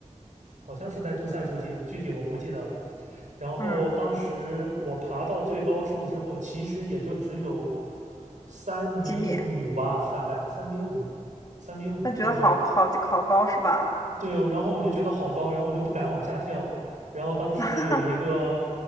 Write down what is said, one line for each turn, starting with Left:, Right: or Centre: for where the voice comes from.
Right: 好像是在杜塞附近，具体我不记得了。然后当时我爬到最高处之后，
Left: 嗯，
Right: 其实也就只有三米五吧，
Left: 几米，
Right: 大概三米五，三米五最多。
Left: 那觉得好好好高是吧？
Right: 对，然后我就觉得好高，然后我就不敢往下跳。然后当时有一个
Left: <laughs>